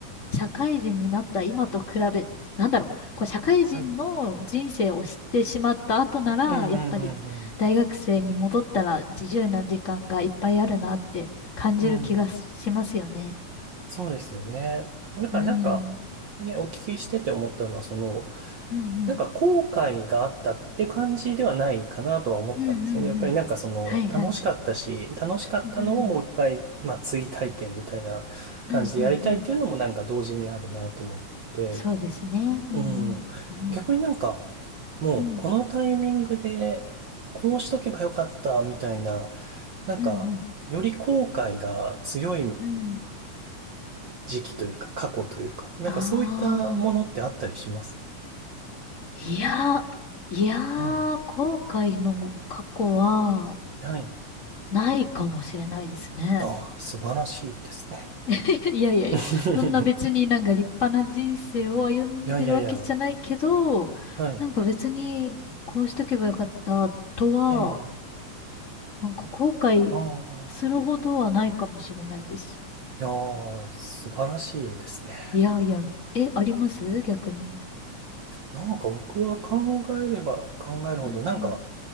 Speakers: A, on the left; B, on the right.
A: 社会人になった今と比べ、なんだろう、こう社会人の人生を知ってしまった後なら、
B: はい。うんうんうん
A: やっぱり大学生に戻ったら自由な時間がいっぱいあるなって感じる気がしますよね。
B: うん。うん。そうですよね。だからなんか、
A: うん。
B: ね、お聞きしてて思ったのは、その、
A: うんうん。
B: なんか後悔があったって感じではないかなとは思ったんですよね。
A: うんうんうん。
B: やっぱりなんかその、
A: はいはい。
B: 楽しかったし、楽しかったのをもう一回、
A: うん。
B: まあ追体験みたいな感じでやりたいっていうのもなんか同時にあるなと思って、
A: うんうんうん。そうですね。うんうん。
B: うん。
A: うん
B: 逆になんか、もうこのタイミングで、
A: うん。
B: こうしとけばよかったみたいな、なんか、
A: うんうん。
B: より後悔が強い
A: うん。
B: 時期というか、過去というか、なんかそういったものってあったりします。
A: ああ。いや、いや
B: うん。
A: ー、後悔の過去は、
B: はい。
A: ないかもしれないですね。
B: ああ、素晴らしいですね。
A: <laughs> いやいやいや、
B: <laughs>
A: そんな別になんか立派な人生を歩んでるわけじゃないけど、
B: いやいやいや、はい。
A: なんか別にこうしとけばよかったとは、
B: ええ、
A: なんか後悔するほどはないかもしれないです。
B: ああ、いやー、素晴らしいですね。
A: いやいや、え、あります逆に。
B: なんか僕は考えれば考えるほど、
A: うんうん。
B: なんか、